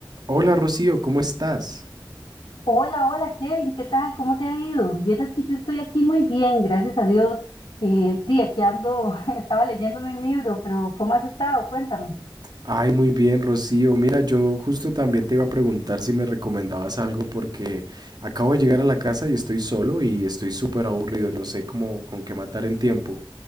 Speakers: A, on the right; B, on the left.
A: Hola Rocío, ¿cómo estás?
B: Hola, hola Kevin, ¿qué tal? ¿Cómo te ha ido? Vieras que yo estoy aquí muy bien, gracias a Dios. Eh, di, aquí ando, <laughs> estaba leyéndome un libro, pero ¿cómo has estado? Cuéntame.
A: Ay, muy bien, Rocío. Mira, yo justo también te iba a preguntar si me recomendabas algo porque acabo de llegar a la casa y estoy solo y estoy súper aburrido, no sé cómo con qué matar el tiempo.